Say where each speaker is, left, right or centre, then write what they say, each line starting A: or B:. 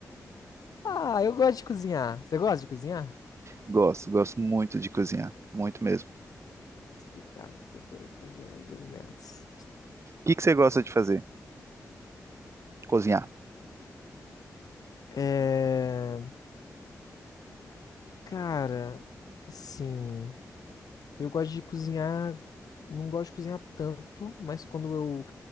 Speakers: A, on the left; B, on the right.
A: Ah, eu gosto de cozinhar. Você gosta de cozinhar? Tá
B: Gosto, gosto muito de cozinhar, muito mesmo. O
A: Explicado que você foi pra engenharia de alimentos.
B: que que você gosta de fazer? Cozinhar.
A: É... Cara, assim, eu gosto de cozinhar, não gosto de cozinhar tanto, mas quando eu